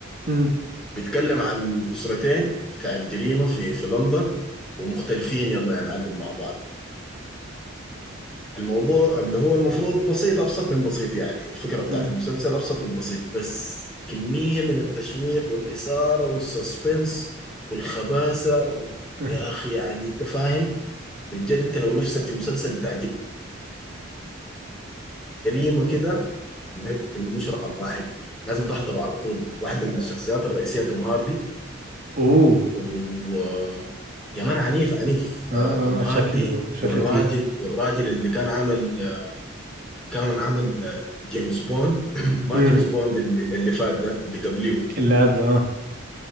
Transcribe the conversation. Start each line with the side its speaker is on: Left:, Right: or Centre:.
Right: امم
Centre: بيتكلم عن اسرتين بتاع الجريمة في في لندن ومختلفين يلا يا معلم مع بعض الموضوع اللي هو المفروض بسيط أبسط من بسيط يعني الفكرة بتاعت
Right: آه،
Centre: المسلسل أبسط من بسيط بس كمية من التشويق والإثارة والسسبنس والخباثة و...
Right: آه.
Centre: يا أخي يعني أنت فاهم بجد أنت لو نفسك في مسلسل بتاع جريمة كده إنك إنه مش رقم واحد لازم تحضره على طول واحدة
Right: لا.
Centre: من الشخصيات الرئيسية توم هاردي
Right: <laughs> اوه
Centre: و يا مان عنيف عنيف
Right: اه
Centre: آه، توم هاردي
Right: اه شكله شكله
Centre: والراجل
Right: تقيل
Centre: والراجل اللي كان عامل كان عمل آه، جيمس بوند <clears throat> ما
Right: امم
Centre: جيمس بوند اللي, اللي فات ده اللي قبليه
Right: اللي قبله اه